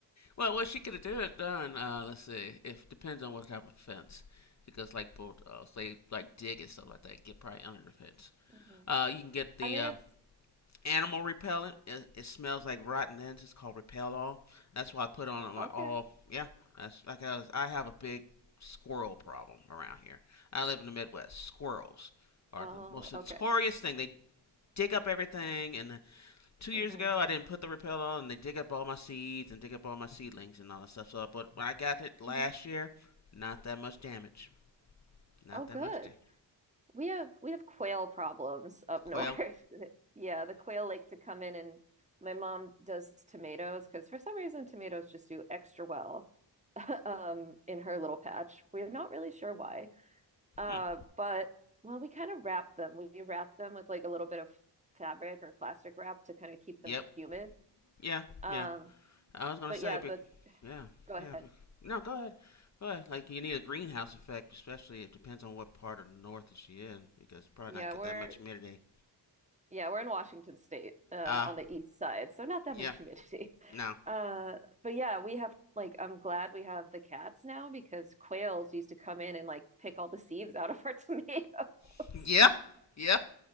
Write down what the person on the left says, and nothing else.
well, what she could have did done. Uh, let's see. If depends on what type of fence, because like bulldogs, they like dig and stuff like that. Get probably under the fence.
Uh, you can get the
uh,
animal repellent. It, it smells like rotten ends. It's called Repel All. That's why I put on my
all. Yeah, that's like I was. I have a big squirrel problem around here. I live in the Midwest. Squirrels are
the most notorious
thing. They dig up everything. And uh, two years
ago, I didn't put the Repel on, and they dig up all my seeds and dig up all my seedlings and all that stuff. So, but when I got it last
year, not that much damage. Not
that
much damage.
Quail.
Hmm.
Yep.
Yeah.
Yeah. I was gonna
say,
but
yeah,
yeah.
bec- no, go ahead, go ahead. Like you need a greenhouse effect, especially it depends on what part of the north is she in, because probably
not get
that much humidity.
Ah,
uh,
yeah,
no,
<laughs> yeah, yeah,